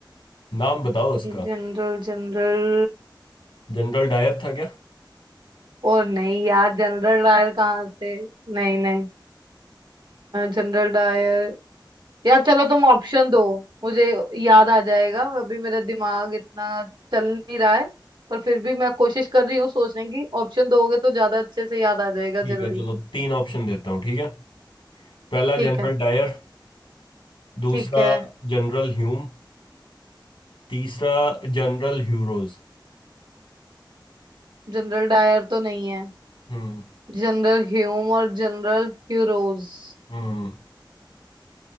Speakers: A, on the left (about 85°); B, on the right (about 65°).
A: नाम बताओ उसका
B: General general
A: जनरल डायर था क्या
B: और नहीं यार जनरल डायर कहाँ से नहीं नहीं जनरल डायर यार चलो तुम ऑप्शन दो मुझे याद आ जाएगा अभी मेरा दिमाग इतना चल नहीं रहा है पर फिर भी मैं कोशिश कर रही हूँ सोचने की ऑप्शन दोगे तो ज्यादा अच्छे से याद आ जाएगा
A: ठीक
B: जल्दी
A: है चलो तीन ऑप्शन देता हूँ ठीक है पहला
B: ठीक
A: जनरल
B: है
A: डायर दूसरा
B: ठीक है
A: जनरल ह्यूम तीसरा जनरल ह्यूरोज
B: जनरल डायर तो नहीं है
A: हम्म
B: जनरल ह्यूम और जनरल ह्यूरोज
A: हम्म